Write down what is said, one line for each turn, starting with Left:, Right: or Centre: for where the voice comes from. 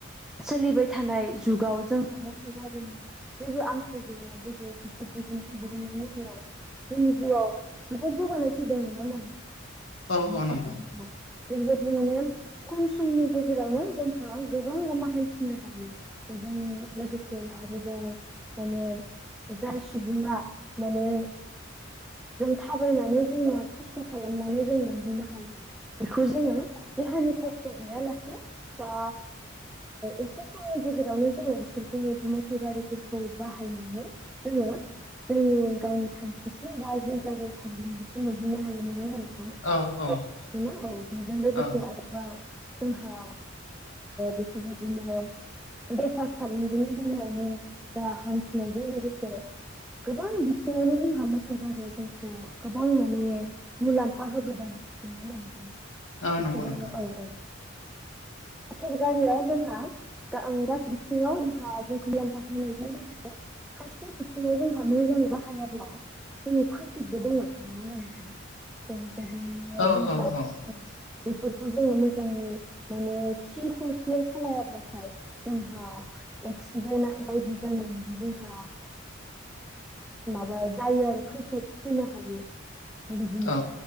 Centre: सोलिबाय थानाय जुगाव जोंहा मटर गारिनि जेबो आंखाल ज बेबो बिफोर दिहुनथाइ दिहुननायनि उनाव जोंनि जिउआव जोबोद जौगानाय फैदों नङा होमबा
Left: औ
Centre: नोंथां।
Left: औ नंगौ
Centre: मदि माने। खम समनि गेजेरावनो जोंहा गोबां लामा हान्थिनो हायो। बेजों लोगोसे आरोबाव माने। जाय सुबुङा माने। जों थाबायनानै जोङो खस्थ' खालामनानै जों मोनहैनो हायो बेखौ जोङो। बे हानि खस्थ' गैयालासे बा एसे समनि गेजेरावनो जोङो बेफोरखौ मटर गारिफोरखौ बाहायनानै। नङा। जोंनि गावनि थांखिसिम बा जे जायगायाव थांगनानै बिस मोनहैनो हायो नङा आरो।
Left: औ औ
Centre: ङा औ बेजों लोगोसे
Left: औ
Centre: आरोबाव जोंहा बेफोरबायदिनो। बेफार फालांगिनि बेलायावनो जा हान्थिनायजों लोगोसे। गोबां बिथिङावनो जोंहा मदद जायो जोंखौ गोबां माने। मुलाम्फा होबोदों नङा होमबा नोंथां बेफोरो
Left: औ नंगौ नोंथां
Centre: औ औ मटर गारिया जोंहा गासै बिथिङावहा जोंखौ मुलाम्फा होनायजों लोगोसे खायसे बिथिङाव जोंहा मोजां बाहायाब्ला। जोंनि खैफिदबो दोङो नुनो मोनस थिग द जोंहा
Left: औ औ औ
Centre: बेफोरखौ जोङो मोजाङै माने। थि खुरथि सालायाब्लाथाय जोंहा। एक्सिडेन्ट बायदि जानायनि जोंहा। माबा जायो आरो खैफोद फैनो हायो बिदिनो।
Left: औ